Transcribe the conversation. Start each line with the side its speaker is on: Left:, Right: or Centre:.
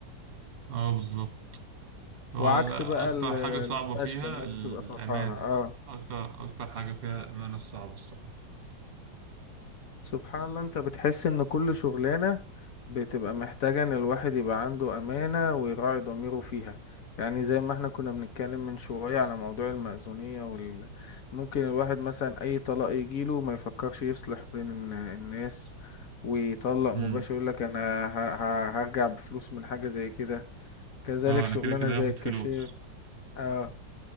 Right: اه بالظبط هو
Left: وعكس بقى
Right: أكتر
Left: ال- المستشفى
Right: حاجة صعبة فيها
Left: الناس
Right: الأمانة
Left: بتبقى فرحانة اه
Right: أكتر أكتر حاجة فيها الأمانة الصعبة الصراحة
Left: سبحان الله انت بتحس ان كل شغلانة بتبقى محتاجة ان الواحد يبقى عنده امانة ويراعي ضميره فيها يعني زي ما احنا كنا بنتكلم من شوية على موضوع المأذونية وال... ممكن الواحد مثلا اي طلاق يجيله ما يفكرش يصلح بين الناس ويطلق مباشر
Right: أمم
Left: يقول لك انا ه... ه... هرجع بفلوس من حاجة زي كده كذلك
Right: أه
Left: شغلانة
Right: أنا كده كده
Left: زي
Right: هاخد
Left: الكاشير
Right: فلوس
Left: آه.